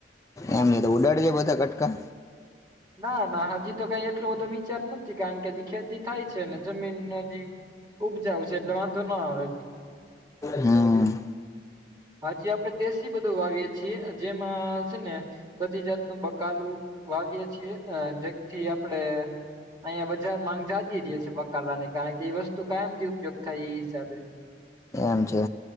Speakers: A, on the left; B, on the right.
A: એમ તો ઉડાડી દે બધા કટકા
B: ના ના હજી તો કઈ એટલોું બધો વિચાર નથી કારણ કે હજી ખેતી થાય છે ને જમીન બધી ઉપજાવ છે એટલે વાંધો ન આવે
A: હમ
B: હાજી આપડણે દેશી બધું વાવીએ છીએ જેમાં છે ને બધી જાતનું બકાલું વાવીએે છીએ જેથી આપણેે અહીયાં બજાર માંગ જાજી રહી છે બકાલા ની કારણ કે એ વસ્તુ કાયમથી ઉપયોગ થાય એ હિસાબે
A: એમ છે